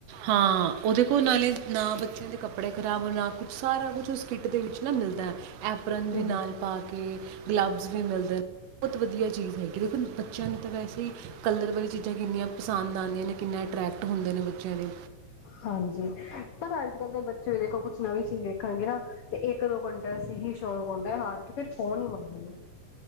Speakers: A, on the right (about 70°); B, on the left (about 75°).
A: ਹਾਂ ਉਹਦੇ। ਦੇ ਨਾਲੇ, ਨਾ ਬੱਚਿਆਂ ਦੇ ਕੱਪੜੇ ਖ਼ਰਾਬ ਹੋਣ, ਨਾ ਕੁਛ ਸਾਰਾ ਕੁਛ ਉਸ ਕਿੱਟ ਦੇ ਵਿੱਚ ਨਾ ਮਿਲਦਾ ਹੈ। ਐਪਰਨ ਦੇ
B: ਹਮ
A: ਨਾਲ, ਪਾ ਕੇ। ਗਲੱਬਸ ਵੀ ਮਿਲਦੇ ਨ, ਬਹੁਤ ਵਧੀਆ ਚੀਜ਼ ਹੈਗੀ ਦੇਖੋ ਬੱਚਿਆਂ ਨੂੰ ਤਾਂ ਵੈਸੇ ਹੀ ਕਲਰ ਵਾਲੀ ਚੀਜ਼ਾਂ ਕਿੰਨੀਆਂ ਪਸੰਦ ਆਉਂਦੀਆਂ ਨੇ, ਕਿੰਨੇ ਅਟਰੈਕਟ ਹੁੰਦੇ ਨੇ। ਬ ਚਾਰੇ
B: ਹਾਂਜੀ। ਪਰ ਅੱਜ -ਕੱਲ੍ਹ ਦੇ ਬੱਚੇ ਵੀ ਦੇਖੋ, ਕੁਛ ਨਵੀਂ ਚੀਜ਼ ਰਖਣਗੇ ਨਾ, ਤੇ ਇੱਕ ਦੋ ਘੰਟੇ ਸਹੀ ਸ਼ੌਂਕ ਹੁੰਦਾ ਹਾਰ ਕੇ, ਫਿਰ ਫੋਨ ਹੀ ਮੰਗਣਗੇ।